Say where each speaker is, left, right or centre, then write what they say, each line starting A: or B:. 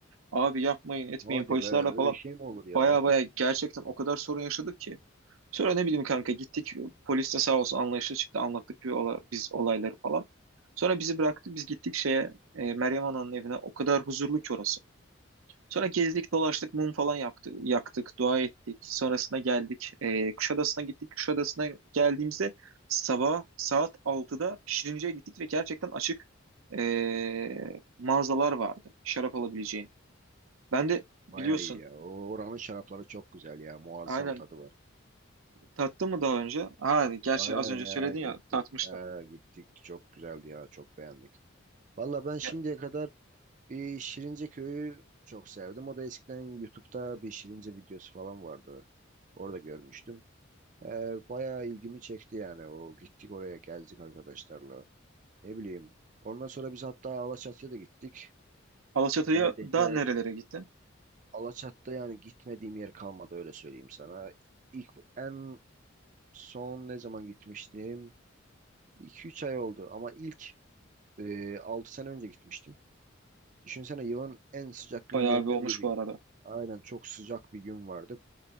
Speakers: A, on the right (about 85°); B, on the right (about 40°).
A: Abi yapmayın, etmeyin
B: Hadi
A: polislerle
B: be öyle
A: falan.
B: şey mi olur ya?
A: Baya baya gerçekten o kadar sorun yaşadık ki. Sonra ne bileyim kanka gittik. Polis de sağ olsun anlayışlı çıktı. Anlattık bir ola- biz olayları falan. Sonra bizi bıraktı. Biz gittik şeye e, Meryem Ana'nın evine. O kadar huzurlu ki orası. Sonra gezdik, dolaştık, mum falan yaktı, yaktık, dua ettik. Sonrasında geldik. E, Kuşadası'na gittik. Kuşadası'na geldiğimizde sabah saat altıda Şirince'ye gittik ve gerçekten açık e, mağazalar vardı şarap alabileceğin. Ben de
B: <laughs>
A: biliyorsun
B: Bayağı iyi ya. O oranın şarapları çok güzel ya. Muazzam
A: aynen
B: tadı var.
A: tattım mı daha önce? Ha, gerçi
B: Aynen
A: az önce
B: ya
A: söyledin
B: gittik.
A: ya tatmıştım.
B: Ha, gittik. Çok güzeldi ya. Çok beğendik. Valla ben şimdiye
A: Ya,
B: kadar Bir Şirince Köyü çok sevdim. O da eskiden YouTube'da bir Şirince videosu falan vardı. Orada görmüştüm. Ee, bayağı ilgimi çekti yani. O gittik oraya geldik arkadaşlarla. Ne bileyim. Ondan sonra biz hatta Alaçatı'ya da gittik.
A: Alaçatı'ya
B: Neredeyse
A: da nerelere gittin?
B: Alaçatı'da yani gitmediğim yer kalmadı öyle söyleyeyim sana. İlk en son ne zaman gitmiştim? 2 üç ay oldu ama ilk e, 6 sene önce gitmiştim. Düşünsene yılın en sıcak günlerinden
A: Bayağı bir olmuş
B: biri.
A: bu arada.
B: Aynen çok sıcak bir gün vardı.